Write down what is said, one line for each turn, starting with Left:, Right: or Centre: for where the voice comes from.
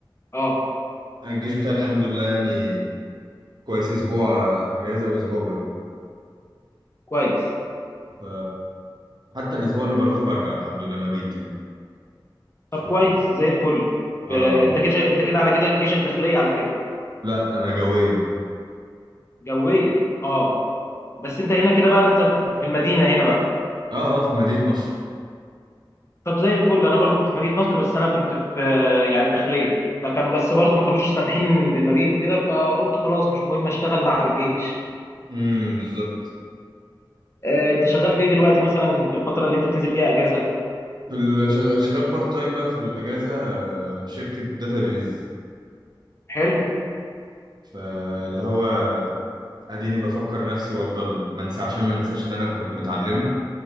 Left: اه
Right: الجيش بتاعي الحمد لله يعني كويس اسبوع اجازه واسبوع بروح
Left: كويس
Right: ف حتى الاسبوع اللي بروحه برجع الحمد لله مبيت يعني ف...
Left: طب كويس زي الفل
Right: اه
Left: آه انت كده انت كده على كده جيشك داخليه على كده
Right: لا انا جويه
Left: جويه اه بس انت هنا كده بقى انت في في المدينه هنا بقى
Right: اه اه في مدينه نصر
Left: طب زي الفل انا برضو كنت في مدينه نصر بس انا كنت في يعني داخليه فكان بس برضو ما كانوش سامحين بالمبيت وكده فقلت خلاص مش مهم اشتغل بعد الجيش
Right: امم بالظبط
Left: آه، انت شغال في ايه دلوقتي مثلا في الفتره اللي انت بتنزل فيها اجازه
Right: في ال- شغ- شغال بارت تايم بقى في الاجازه آه، شركه داتابيز
Left: حلو
Right: فاللي هو اديني بفكر نفسي وافضل ما انسى عشان ما انساش اللي انا كنت متعلمه